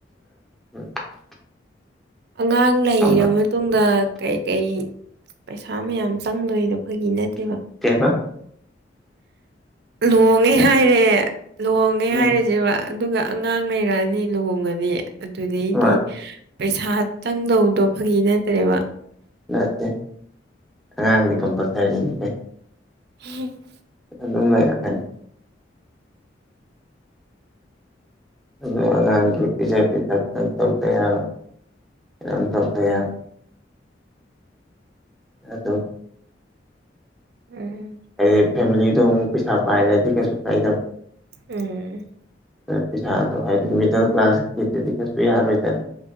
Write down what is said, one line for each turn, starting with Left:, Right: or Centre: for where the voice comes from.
Centre: <unintelligible>
Right: ꯑꯉꯥꯡ ꯂꯩꯔ
Centre: ꯁꯥꯎꯅꯔ
Right: ꯃꯇꯨꯡꯗ ꯀꯩ-ꯀꯩ ꯄꯩꯁꯥ ꯃꯌꯥꯝ ꯆꯪꯗꯣꯏꯅꯣ ꯐꯥꯒꯤ ꯅꯠꯇꯦꯕ
Centre: ꯀꯦꯕ
Right: ꯂꯨꯍꯣꯡꯉꯦ ꯍꯥꯏꯔꯦ ꯂꯨꯍꯣꯡꯉꯦ
Centre: ꯎꯝ
Right: ꯍꯥꯏꯔꯖ‌ꯦꯕ ꯑꯗꯨꯒ ꯑꯉꯥꯡ ꯂꯩꯔꯛꯑꯅꯤ ꯂꯨꯍꯣꯡꯉꯅꯤ ꯑꯗꯨꯗꯩꯗꯤ
Centre: ꯃꯥ
Right: ꯄꯩꯁꯥ ꯆꯪꯗꯧꯗ‌ꯣ ꯐꯒꯤ ꯅꯠꯇ꯭ꯔꯦꯕ
Centre: ꯅꯠꯇꯦ ꯑꯉꯥꯡꯗꯤ ꯀꯝꯄꯜꯁꯔꯤꯅꯤ ꯀꯩ
Right: ꯍ <unintelligible>
Centre: ꯑꯗꯨꯝ ꯂꯩꯔꯛꯀꯅꯤ ꯑꯗꯨ ꯑꯉꯥꯡꯒꯤ ꯄꯤꯖ ꯄꯤꯊꯛ ꯇ‌ꯪ ꯇꯧꯗ ꯌꯥꯔꯣꯏ ꯃꯌꯥꯝ ꯇꯧꯗ ꯌꯥꯔꯣꯏ ꯑꯗꯣ
Right: ꯎꯝ
Centre: ꯍꯥꯏꯗꯤ ꯐꯦꯃꯤꯂꯤꯗꯣ ꯑꯃꯨꯛ ꯄꯩꯁꯥ ꯄꯥꯏꯔꯗꯤ ꯀꯩꯁꯨ ꯀꯥꯏꯗꯕ
Right: ꯎꯝ
Centre: ꯄꯩꯁꯥꯗꯣ ꯍꯥꯏꯗꯤ ꯃꯤꯗꯜ ꯀ꯭ꯂꯥꯁꯀꯤꯗꯨꯗꯤ ꯀꯩꯁꯨ ꯌꯥꯔꯣꯏꯗꯅ